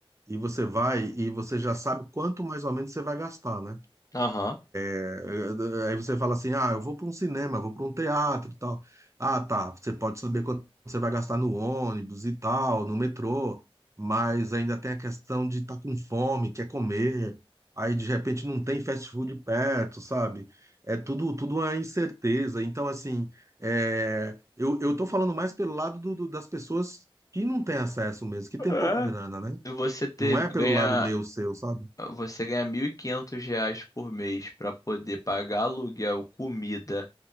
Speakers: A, on the right (about 30°); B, on the left (about 35°).
A: e você vai, e você já sabe quanto mais ou menos você vai gastar, né?
B: Aham.
A: É, Aí você fala assim: ah, eu vou para um cinema, vou para um teatro e tal. Ah, tá. Você pode saber quanto você vai gastar no ônibus e tal, no metrô, mas ainda tem a questão de estar com fome, quer comer. Aí de repente não tem fast food perto, sabe? É tudo, tudo é incerteza. Então, assim, é, eu, eu tô falando mais pelo lado do- do- das pessoas que não têm acesso mesmo, que tem
B: É.
A: pouca grana, né?
B: E Você ter,
A: Não é
B: ganhar
A: pelo lado meu, seu, sabe?
B: Você ganha 1.500 reais por mês para poder pagar aluguel, comida